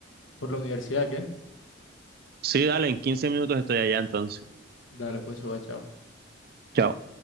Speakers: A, on the left; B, on the right.
A: por la universidad, ¿qué?
B: Sí, dale, en 15 minutos estoy allá entonces.
A: Dale, pues, soba, chao.
B: Chao.